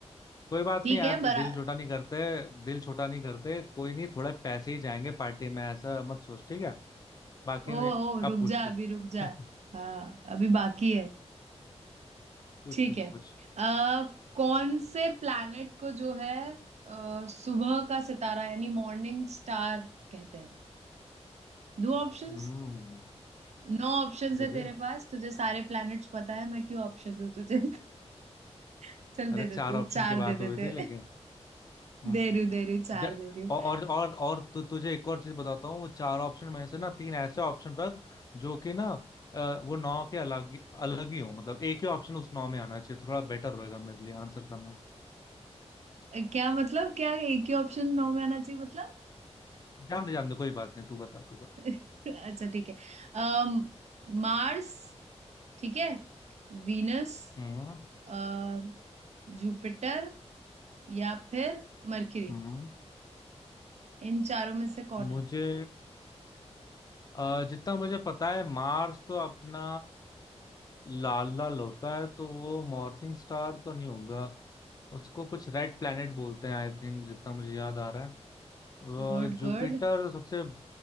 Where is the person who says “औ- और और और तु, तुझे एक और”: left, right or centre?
Left